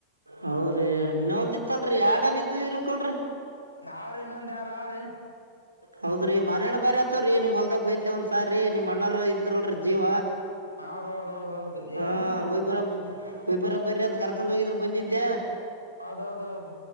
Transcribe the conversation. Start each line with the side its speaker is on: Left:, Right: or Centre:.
Right: ಹೌದ್ರಿ ಇನ್ನೊ ಒಂದ ಇತ್ತಲ್ರರಿ ಯಡನ ಇದಿದ್ದು ಇರ್ಬೇಕಕ್ಲ್ರರಿ
Left: ಅವಾವ್ರರಿ ಇನ್ನೊಂದ ಎರಡ್ ಅವ್ರಿ
Right: ಹೌದ್ರೀ ಮನೇಣ್ ಬರಿ ಆತವ್ರೀ ನೀ ನಿ ಮಲ್ದಾಗ ಬಯೆ ಒಂದ್ ಸಾರಿ ನಿಮ್ ಅಣ್ಣರ ಇದ್ರಲ್ರ ಜೀವ
Left: ಹೌದೌದೌದೌದು ಹೇಳಿದ್ರಿ
Right: ಹಾ ವಯಬರ ಒಯ್ಬರ ಬರ್ರ ಅಂತ ಕರ್ಕೊಂಡ್ ಹೋಗಿದ್ರು ಬಂದಿದ
Left: ಹೌದೌದೌದು